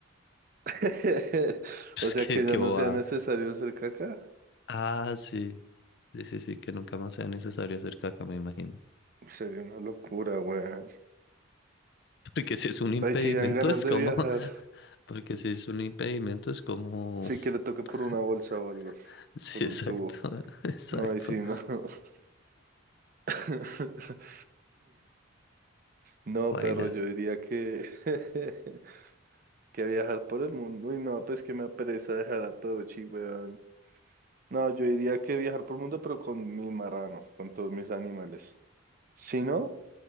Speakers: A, on the right (about 45°); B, on the left (about 55°).
A: <laughs>
B: Es
A: O sea
B: que,
A: que ya
B: que
A: no
B: bobada.
A: sea necesario hacer caca.
B: Ah, sí. Sí, sí, sí, que nunca más sea necesario hacer caca, me imagino.
A: Sería una locura, weón.
B: <laughs> Porque si es un impedimento,
A: Ay, sí, dan ganas
B: es
A: de
B: como.
A: viajar.
B: <laughs> Porque si es un impedimento, es como.
A: Sí que le toque por
B: <laughs>
A: una bolsa o algo,
B: Sí,
A: por un
B: exacto,
A: tubo.
B: <laughs> exacto.
A: No, ahí sí, no. <laughs> <laughs> No,
B: Baila.
A: perro, yo diría que, <laughs> que viajar por el mundo. Uy, no, pues que me apereza dejar a todo, chi, weón. No, yo diría que viajar por el mundo, pero con mis marranos, con todos mis animales. Si no,